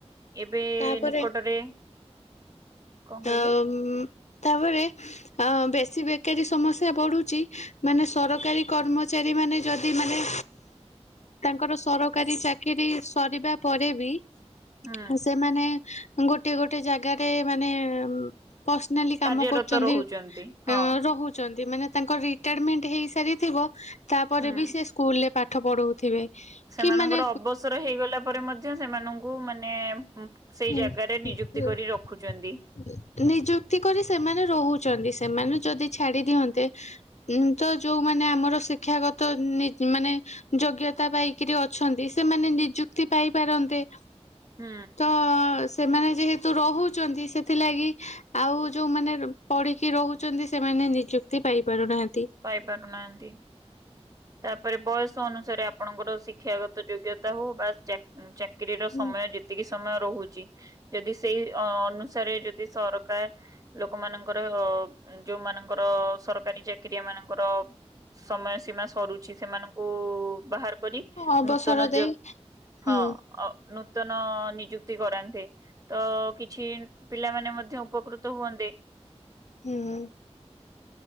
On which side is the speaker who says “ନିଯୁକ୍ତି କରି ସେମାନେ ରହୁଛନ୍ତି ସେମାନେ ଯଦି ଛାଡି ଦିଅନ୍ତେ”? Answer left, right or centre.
Left